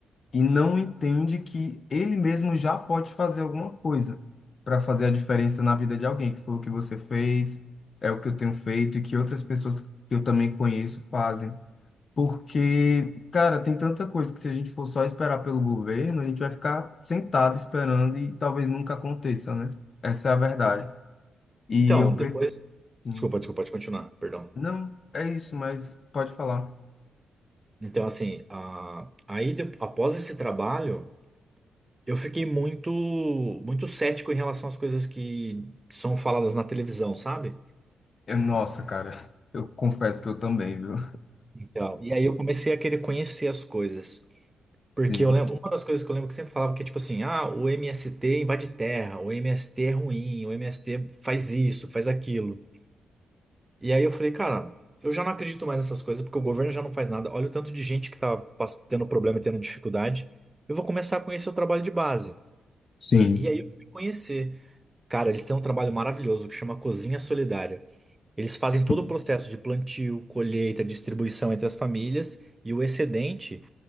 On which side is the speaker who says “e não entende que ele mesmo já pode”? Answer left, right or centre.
Left